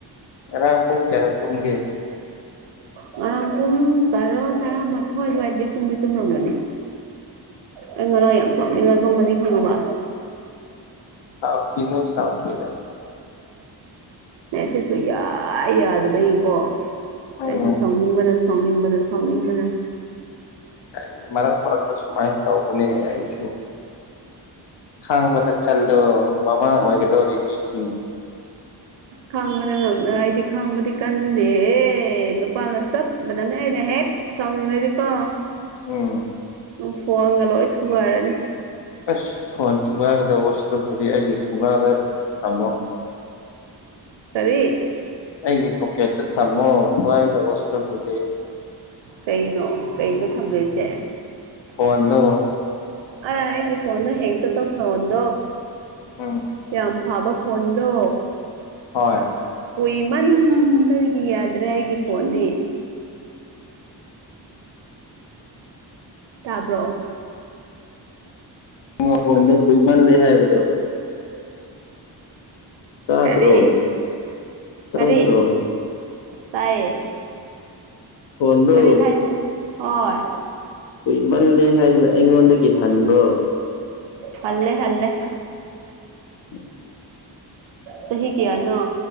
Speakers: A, on the left; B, on the right.
A: ꯑꯔ ꯍꯣ ꯀꯔꯦ ꯇꯒꯦ
B: ꯉꯔꯥꯡ ꯄꯨꯡ ꯇꯔꯥ ꯇꯔꯥꯃꯊꯣꯏ ꯑꯗꯨꯋꯥꯏꯗꯤ ꯇꯨꯝꯗꯤ ꯇꯨꯝꯔꯝꯒꯅꯤ ꯑꯩ ꯉꯔꯥꯡ ꯌꯥꯝ ꯁꯣꯛꯅꯤꯡꯉ ꯇꯨꯝꯕꯅꯤ ꯈꯪꯉꯕ
A: ꯁꯥꯎꯈꯤꯅꯣ ꯁꯥꯎꯈꯤꯤꯂ
B: ꯅ ꯁꯤꯁꯨ ꯌꯥ ꯌꯥꯗꯕꯩꯀꯣ
A: ꯎꯝ
B: ꯑꯩꯁꯨꯦ ꯁꯥꯎꯅꯤꯡꯕꯅ ꯐꯥꯎꯅꯤꯡꯕꯅ ꯁꯥꯎꯅꯤꯡꯕꯅ
A: ꯀꯥꯏꯅꯤ ꯃꯔꯛ ꯃꯔꯛꯇ ꯁꯨꯃꯥꯏꯅ ꯇꯧꯕꯅꯦ ꯑꯩꯁꯨ ꯈꯥꯡꯕꯗ ꯈꯜꯗꯣ ꯃꯃꯥ ꯑꯣꯏꯒꯗꯧꯔꯤꯕꯁꯤꯡ
B: ꯈꯪꯕꯅ ꯉꯝ ꯑꯩꯗꯤ ꯈꯪꯕꯗꯤ ꯀꯟꯗꯦꯍꯦ ꯅꯨꯄꯥꯒ ꯆꯞ ꯃꯅꯝꯅ ꯑꯩꯅ ꯍꯦꯛ ꯁꯅꯤꯕꯦꯗꯤꯀꯣ
A: ꯎꯝ
B: ꯎ ꯐꯣꯟꯒ ꯂꯣꯏ ꯊꯨꯒꯥꯏꯔꯅꯤ
A: ꯑꯁ ꯐꯣꯟ ꯊꯨꯒꯥꯏꯒꯗꯕ ꯋꯥꯆꯞꯇꯨꯗꯤ ꯑꯩꯒꯤ ꯀꯨꯡꯅꯥꯗ ꯊꯝꯃꯣ
B: ꯇꯔꯤꯛ
A: ꯑꯩꯒꯤ ꯄꯣꯀꯦꯠꯇ ꯊꯝꯃꯣ ꯊꯋꯥꯏꯗ ꯋꯥꯁꯂ ꯄꯨꯖꯩ
B: ꯀꯩꯅꯣ ꯀꯩꯅꯣ ꯊꯝꯗꯣꯏꯁꯦ
A: ꯐꯅ
B: ꯑ ꯍ ꯏ ꯐꯟ ꯍꯡ ꯇ ꯇ ꯐꯣꯟꯟ
A: ꯎꯝ
B: ꯌꯥꯝ ꯐꯥꯕ ꯐꯣꯟꯗꯣ
A: ꯍꯣꯏ
B: ꯀꯨꯏ ꯃꯟꯗꯒꯤ ꯌꯥꯗ꯭ꯔꯦ ꯑꯩꯒꯤ ꯐꯣꯟꯗꯤ ꯇꯥꯕ꯭ꯔꯣ
A: ꯣꯡꯥꯄꯣꯟꯗꯣ ꯀꯨꯏꯃꯜꯂꯦ ꯍꯥꯏꯕꯗꯣ ꯇꯥꯗ꯭ꯔꯣ
B: ꯀꯔꯤ
A: ꯇꯥꯗ꯭ꯔꯣ
B: ꯀꯔꯤ ꯇꯥꯏꯌꯦ
A: ꯐꯣꯟꯗꯣ
B: ꯀꯔꯤ ꯍꯥꯏꯅꯣ ꯍꯣꯏ
A: ꯀꯨꯏꯃꯜꯂꯦ ꯍꯥꯏꯗꯅ ꯑꯩꯉꯣꯟꯗꯒꯤ ꯍꯟꯕ꯭ꯔꯣ
B: ꯍꯜꯂꯦ ꯍꯂꯦ
A: ꯎꯝ
B: ꯆꯍꯤ ꯀꯌꯥꯅꯣ